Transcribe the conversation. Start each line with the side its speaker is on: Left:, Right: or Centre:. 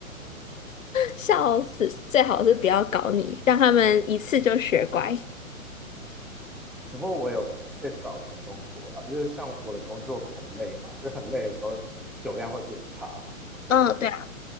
Left: 笑死，最好是不要搞你，让他们一次就学乖。
Centre: <laughs> 只不过我有被搞成功过啊，因为像我的工作很累嘛，所以很累的时候酒量会变差。
Left: 嗯，对啊，